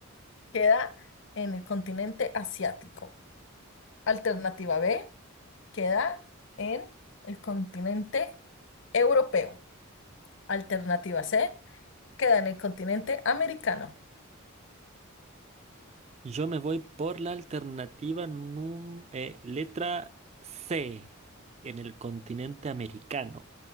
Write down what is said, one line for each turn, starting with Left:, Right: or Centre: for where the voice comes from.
Left: queda en el continente asiático. Alternativa B queda en el continente europeo. Alternativa C queda en el continente americano.
Right: Yo me voy por la alternativa num- eh, letra C en el continente americano.